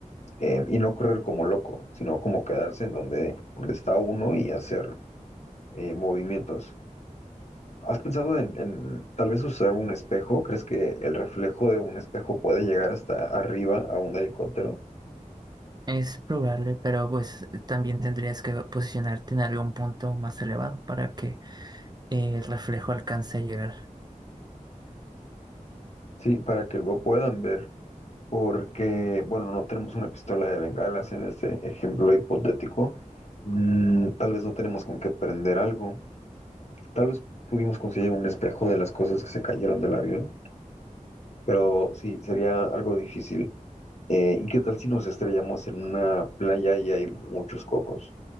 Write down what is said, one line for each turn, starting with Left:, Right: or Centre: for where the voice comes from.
Left: eh, y no correr como loco, sino como quedarse en donde, donde está uno y hacer eh, movimientos. ¿Has pensado en, en tal vez usar un espejo? ¿Crees que el reflejo de un espejo puede llegar hasta arriba a un helicóptero?
Right: Es probable, pero pues también tendrías que posicionarte en algún punto más elevado para que eh, el reflejo alcance a llegar.
Left: Sí, para que lo puedan ver, porque, bueno, no tenemos una pistola de bengalas en este ejemplo hipotético. Mm, tal vez no tenemos con qué prender algo. Tal vez pudimos conseguir un espejo de las cosas que se cayeron del avión, pero sí, sería algo difícil. Eh, ¿y qué tal si nos estrellamos en una playa y hay muchos cocos?